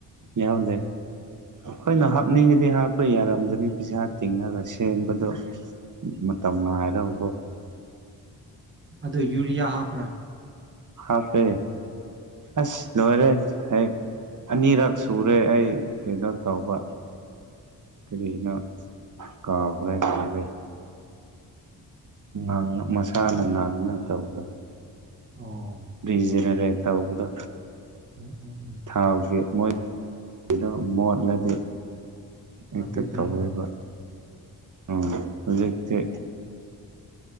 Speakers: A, on the right (about 45°); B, on the right (about 25°).
A: ꯌꯥꯎꯗꯦ ꯍꯈꯣꯏꯅꯍꯥꯛ ꯅꯤꯡꯉꯗꯤ ꯍꯥꯞꯄ ꯌꯥꯔꯝꯒꯅꯤ ꯄꯩꯁꯥ ꯇꯤꯡꯉꯒ ꯁꯦꯝꯕꯗꯣ ꯃꯇꯝ ꯉꯥꯏꯔꯀꯣ
B: ꯑꯗꯨꯣ ꯌꯨꯔꯤꯌꯥ ꯍꯥꯞꯄ꯭ꯔꯥ
A: ꯍꯥꯞꯄꯦ ꯑꯁ ꯂꯣꯏꯔꯦ ꯍꯦꯛ ꯑꯅꯤꯔꯛ ꯁꯨꯔꯦ ꯑꯩ ꯀꯩꯅꯣ ꯇꯧꯕ ꯀꯔꯤꯅꯣ ꯀꯥꯎꯈ꯭ꯔꯦ ꯂꯣꯏꯔꯦ ꯥꯡ ꯃꯁꯥꯅ ꯉꯥꯡꯅ ꯇꯧꯔ
B: ꯑꯣ
A: ꯔꯤꯖꯔ ꯇ ꯍꯕꯗ
B: ꯎꯝ ꯎꯝ ꯎꯝ
A: ꯊꯥꯎꯁꯦ ꯃꯣꯏ ꯀꯩꯅꯣ ꯃꯣꯠꯂꯗꯤꯦ ꯍꯦꯛꯇ
B: ꯀꯥꯔꯄꯦꯇꯔꯗꯣ
A: ꯇꯧꯋꯕ ꯎꯝ ꯍꯧꯖꯤꯛ ꯇ